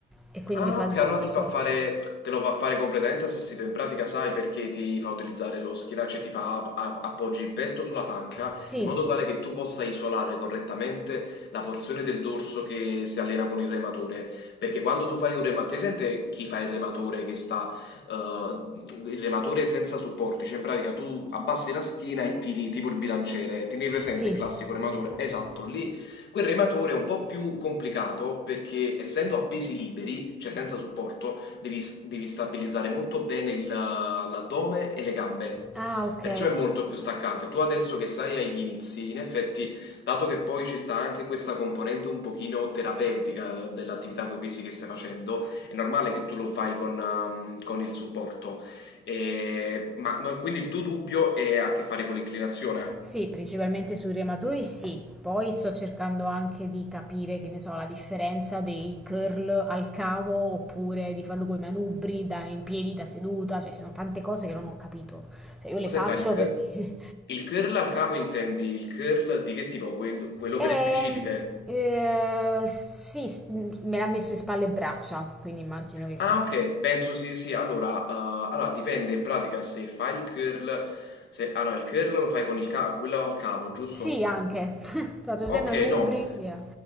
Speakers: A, in the centre; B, on the left.
A: E quindi
B: Ah
A: mi fa
B: ok,
A: il dorso.
B: allora ti fa fare, te lo fa fare completamente assistito, in pratica sai perché ti fa utilizzare lo schienaccio e ti fa app- a- appoggi il petto sulla panca
A: Sì,
B: in modo tale che tu possa isolare correttamente la porzione del dorso che si allena con il rematore, perché quando tu fai un rematore, ti sente chi fa il rematore che sta, eh, il rematore senza supporti, cioè in pratica tu abbassi la schiena e tiri tipo il bilanciere, tieni presente
A: sì,
B: il classico rematore? Esatto,
A: sì.
B: lì Quel rematore è un po' più complicato perché essendo a pesi liberi, cioè senza supporto, devi, s- devi stabilizzare molto bene il- l'addome e le gambe.
A: Ah, ok.
B: Perciò è molto più staccante. Tu adesso che stai agli inizi, in effetti, dato che poi ci sta anche questa componente un pochino terapeutica eh, dell'attività con i pesi che stai facendo, è normale che tu lo fai con, ehm, con il supporto. E- ma no, quindi il tuo dubbio è a che fare con l'inclinazione?
A: Sì, principalmente sui rematori sì. Poi sto cercando anche di capire, che ne so, la differenza dei curl al cavo oppure di farlo con i manubri, da in piedi, da seduta, cioè ci sono tante cose che non ho capito. Cioè io le
B: Senta,
A: faccio
B: il, c-
A: perché
B: il curl al capo intendi il curl di che tipo? Quello, quello
A: Eh,
B: per il bicipite?
A: eh, sì, s- me l'ha messo in spalle e braccia, quindi immagino che
B: Ah,
A: sì.
B: ok, penso sì, sì. Allora, eh, allora, dipende in pratica se fai il curl, se, allora il curl lo fai con il ca- quello al capo, giusto?
A: Sì, anche. <laughs> Fatto seme
B: Okay,
A: a Nubri,
B: no.
A: sì. eh.